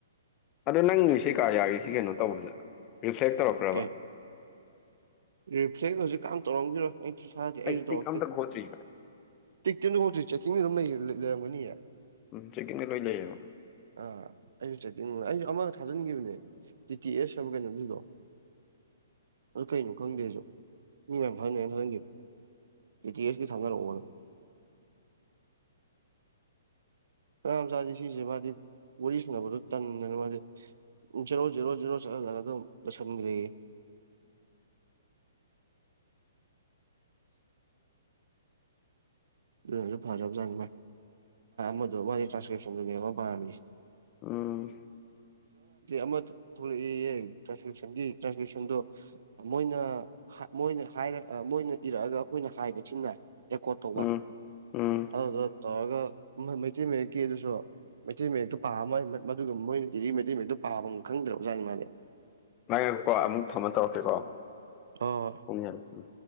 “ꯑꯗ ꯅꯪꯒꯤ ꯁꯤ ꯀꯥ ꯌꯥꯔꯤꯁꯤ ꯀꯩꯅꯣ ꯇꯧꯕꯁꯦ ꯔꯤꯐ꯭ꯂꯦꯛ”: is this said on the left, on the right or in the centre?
Left